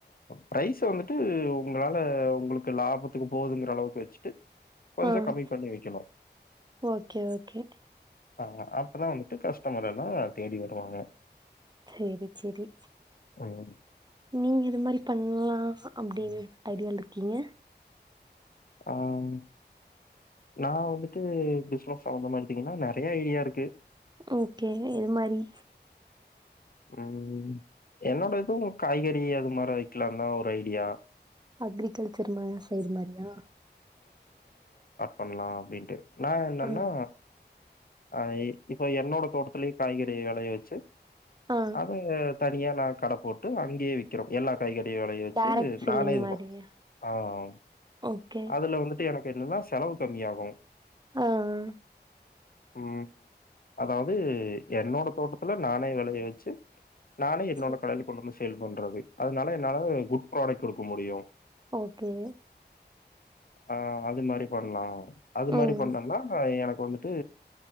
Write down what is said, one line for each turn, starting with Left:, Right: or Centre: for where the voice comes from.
Left: ப்ரைஸ வந்துட்டு உங்களால உங்களுக்கு லாபத்துக்கு போதுங்கற அளவுக்கு வச்சுட்டு கொஞ்சம்
Right: ஆஹ்
Left: கம்மி பண்ணி விக்கணும்.
Right: ஓகே ஓகே
Left: ஆஹ் அப்பதா வந்துட்டு கஷ் டமரெல்லா தேடி வருவாங்க
Right: சேரி செரி
Left: உம்
Right: நீங்க எது மாரி பண்லா அப்டின் ஐடியால்ருக்கிங்க
Left: ஆஹ் நா வந்துட்டு பிஸ்னஸ் அந்த மாரிதிங்னா நெறயா ஐடியா இருக்கு
Right: ஓகே எது மாரி
Left: உம் என்னோட இதுவு காய்கறி அது மார வெக்கலான்தா ஒரு ஐடியா
Right: அக்ரிகல்ச்சர் மா சைடு மாரியா
Left: பண்லா அப்டின்ட்டு நா என்னன்னா
Right: ஆ
Left: அஹ் இ இப்ப என்னோட தோட்டத்லயு காய்கறி வெளய வெச்சு
Right: ஆ
Left: அத தனியா நா கட போட்டு அங்யே விக்றோ எல்லா காய்கறி வெளய வெச்சு
Right: டேரக்ட் செல்லிங்
Left: நானே இதுப்பன்
Right: மாரியா
Left: ஆஹ்
Right: ஓகே
Left: அதுல வந்துட்டு எனக் என்னன்னா செலவு கம்மியாகு
Right: ஆஹ்
Left: உம் அதாவது என்னோட தோட்டத்துல நானே வெளய வச்சு நானே என்னோட
Right: சரி
Left: கடைல கொண்டுந்து சேல் போன்றது அதனால என்னால குட் ப்ராடக்ட் குடுக் க்கு முடியு
Right: ஓகே
Left: ஆஹ் அது மாரி பண்லா அது
Right: ம்
Left: மாரி பண்ணொம்னா எனக் வந்துட்டு